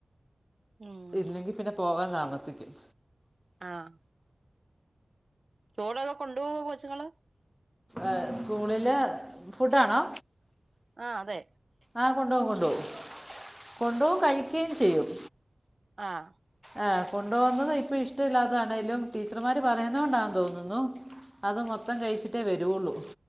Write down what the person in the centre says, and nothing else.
ഇല്ലെങ്കിപിന്നെ പോകാൻ താമസിക്കും.
ഏഹ് സ്കൂളില് ഫുഡാണോ?
ആഹ് കൊണ്ടോവും കൊണ്ടോവും കൊണ്ടോവും കഴിക്കോം ചെയ്യും.
ആ കൊണ്ടോകുന്നതും ഇപ്പൊ ഇഷ്ടമില്ലാതാണേലും ടീച്ചർമാര് പറയുന്നോണ്ടാന്ന് തോന്നുന്നു അത് മൊത്തം കഴിച്ചിട്ടേ വരൊള്ളൂ